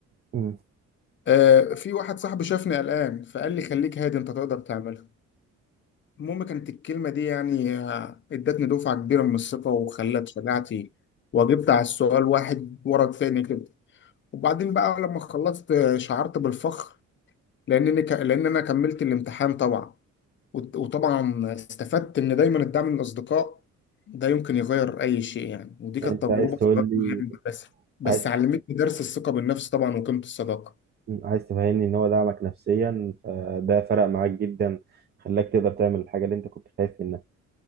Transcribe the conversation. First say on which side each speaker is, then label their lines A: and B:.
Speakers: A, on the right; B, on the left.
A: مم.
B: آه، في واحد صاحبي شافني قلقان فقال لي خليك هادي انت تقدر تعملها المهم كانت الكلمة دي يعني آه، ادتني دفعة كبيرة من الثقة وخلت شجاعتي واجبت على السؤال واحد ورا التاني كده وبعدين بقى لما خلصت آه، شعرت بالفخر لانني ك... لان انا كملت الامتحان طبعا وت- وطبعا استفدت ان دايما الدعم من الاصدقاء ده يمكن يغير اي شيء يعني ودي كانت
A: انت
B: تجربه
A: عايز تقول
B: صغيره
A: لي
B: من المدرسه بس
A: عايز
B: علمتني درس الثقه بالنفس طبعا وقيمه الصداقه
A: عايز تفهمني ان هو دعمك نفسيا فده فرق معاك جدا خلاك تقدر تعمل الحاجة اللي انت كنت خايف منها